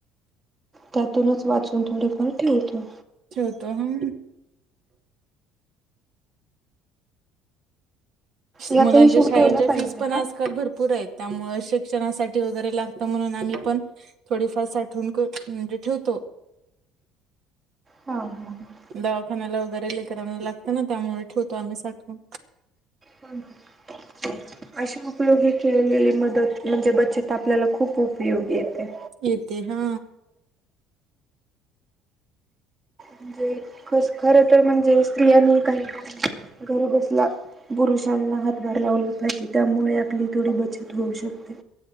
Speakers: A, on the right; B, on the right.
A: त्यातूनच वाचून थोडेफार ठेवतो.
B: ठेवतो हा.
A: याचा
B: मुलांच्या
A: हिशोब
B: शाळेच्या
A: ठेवला पाहिजे
B: फीज पण
A: का
B: आजकाल भरपूर आहेत. त्यामुळे शिक्षणासाठी वगैरे, लागतं म्हणून आम्ही पण. थोडीफार साठवून को ठेवतो.
A: हा हा
B: दवाखान्याला वगैरे लेकरा़ना लागतं ना त्यामुळे ठेवतो आम्ही साठवण.
A: बंद. <inaudible> अशी मुकलोगी केलेले मदत म्हणजे बचत आपल्याला खूप उपयोगी येते.
B: येते हा.
A: म्हणजे कस खरं तर म्हणजे, स्त्रियांनी काही घरं बसल्या. पुरुषांना हातभार लावला पाहिजे, त्यामुळे आपली थोडी बचत होऊ शकते.